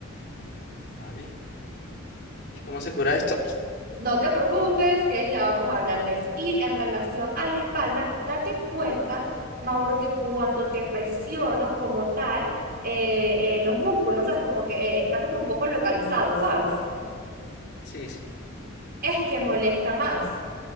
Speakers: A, on the left (about 50°); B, on the right (about 45°).
A: vale. ¿Y cómo se cura esto?
B: No te preocupes, que ya vamos a hablar de eso. Y en relación a la espalda, date cuenta, Mauro, que cuando te presiono como tal, eh, eh, los músculos, o sea, es como que eh, está como un poco localizado, ¿sabes?
A: Sí, sí,
B: Es que molesta más.